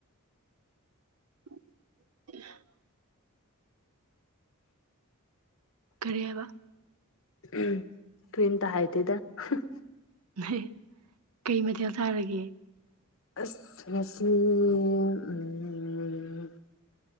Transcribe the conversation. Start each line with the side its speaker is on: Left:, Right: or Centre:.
Right: <inaudible> ꯀꯔꯤ ꯍꯥꯏꯕ
Left: ꯎꯝ ꯀꯔꯤꯝꯇ ꯍꯥꯏꯗꯦꯗꯥ ꯍ
Right: ꯍꯦ ꯀꯩ ꯃꯊꯦꯜ ꯆꯥꯔꯒꯦ
Left: ꯑꯁ ꯉꯁꯤ ꯎꯝ